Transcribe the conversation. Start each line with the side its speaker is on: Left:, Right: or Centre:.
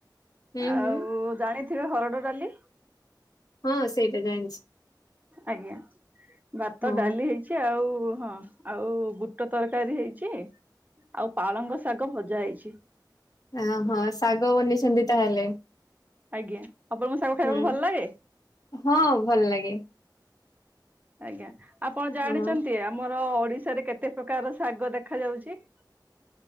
Left: ହୁଁ
Right: ଆଉ
Left: ହୁଁ
Right: ଜାଣିଥିବେ ହରଡ ଡାଲି?
Left: ହଁ ସେଇଟା ଜାଣିଛି
Right: ଆଜ୍ଞା, ଭାତ
Left: ହଁ
Right: ଡାଲି ହେଇ ଛି ଆଉ ହଁ ଆଉ ବୁଟ ତରକାରୀ ହେଇଛି ଆଉ ପାଳଙ୍ଗ ଶାଗ ଭଜା ହେଇଛି।
Left: ଏଁ ହଁ ଶାଗ ବନେଇଛନ୍ତି ତାହେଲେ?
Right: ଆଜ୍ଞା, ଆପଣଙ୍କୁ ଶାଗ ଖାଇବାକୁ
Left: ହୁଁ
Right: ଭଲ ଲାଗେ?
Left: ହଁ, ଭଲ ଲାଗେ।
Right: ଆଜ୍ଞା, ଆପଣ ଜାଣିଛନ୍ତି
Left: ହଁ।
Right: ଆ ଆମର ଓଡିଶାରେ କେତେ ପ୍ରକାର ଶାଗ ଦେଖାଯାଉଛି?